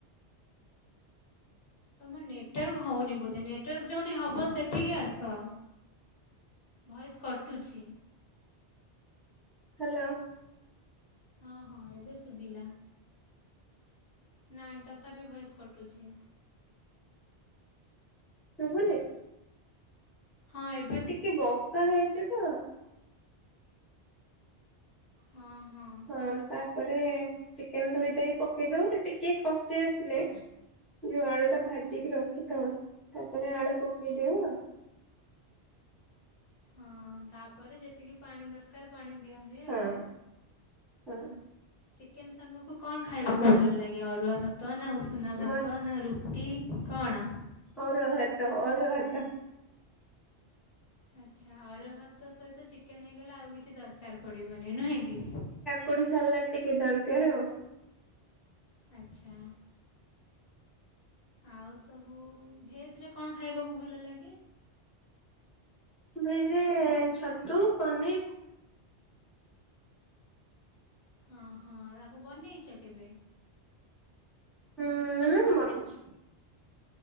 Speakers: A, on the left; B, in the centre.
A: ତୁମ ନେଟୱାର୍କ ହଉନି ବୋଧେ ନେଟୱାର୍କ ଯେଉଁଠି ହେବ ସେଠିକି ଆସ। ଭଏସ୍ କଟୁଛି
B: ହ୍ୟାଲୋ
A: ହଁ ହଁ ଏବେ ଶୁଭିଲା ନାଇଁ ତଥାପି ଭଏସ୍ କଟୁଛି।
B: ଶୁଭୁନି
A: ହଁ ଏବ
B: ଟିକେ ବର୍ଷା ହେଇଚି ତ
A: ହଁ ହଁ
B: ଏବଂ ତାପରେ ଚିକେନ ଧୋଇ ଦେଇ ପକେଇ ଦଉ ସେ ଟି କେ କସିି ଆସିଲେ ଯୋଉ ଆଳୁଟା ଭାଜିିକି ରଖୀ ତ ଶେଷରେ ଆଳୁ ପକେଇ ଦେଉ
A: ହଁ ତାପରେ ଯେତିକି ପାଣି ଦର କାର ପାଣି ଦିଆ ହୁଏ
B: ହଁ
A: ଆଉ।
B: ହଁ
A: ଚିକେନ ସାଙ୍ଗକୁ କଣ ଖାଇବାକୁ ଭଲ ଲାଗେ ଅରୁଆ ଭାତ ନା ଉଷୁନା ଭାତ
B: ମ
A: ନା ରୁ ଟି କଣ?
B: ଅରୁଆ ଭାତ ଅରୁଆ ଭାତ।
A: ଆଚ୍ଛା ଅରୁଆ ଭାତ ସହିତ ଚିକେନ ହେଇଗଲା ଆଉ କିଛି ଦରକାର ପଡିବନି ନୁହେଁ କି
B: କୁଡ଼ି ସାଲାଟ ଟିକେ ଦରକାର ଆଉ।
A: ଆଚ୍ଛା ଆଉ ସବୁ ଭେଜରେ କଣ ଖାଇବାକୁ ଭଲ ଲାଗେ?
B: ଭେଜ୍ ରେ ଛତୁ ପନିର
A: ହଁ ହଁ ରାକୁ ବନେଇଛ କେବେ?
B: ହୁଁ ଉଁ ବନେଇଚି।